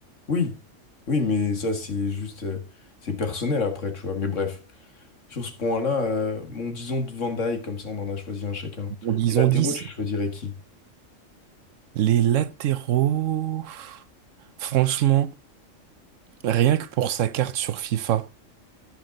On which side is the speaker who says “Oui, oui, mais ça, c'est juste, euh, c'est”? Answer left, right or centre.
Left